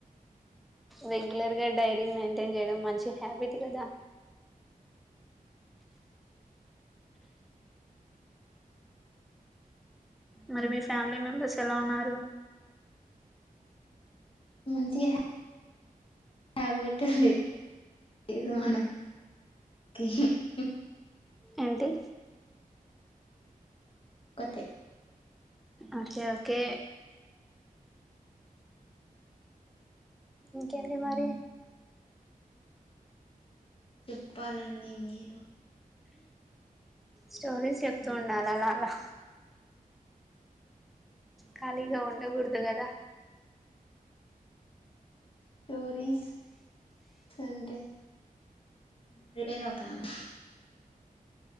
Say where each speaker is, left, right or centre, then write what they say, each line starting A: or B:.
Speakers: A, in the centre; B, on the left.
A: రెగ్యులర్ గా డైరీ మెయింటైన్ చేయడం మంచి హ్యాబిట్ కదా మరి మీ ఫ్యామిలీ మెంబర్స్ ఎలా ఉన్నారు
B: మంచి <unintelligible> <unintelligible>
A: ఏంటి
B: తి
A: ఓకే ఓకే ఇంకేంటి మరి
B: చెప్పాలండి మీరు
A: స్టోరీస్ చెప్తూ ఉండు అలా అలా ఖళీగా ఉండ కుడదు కదా
B: స్టోరీస్ అంటే <unintelligible>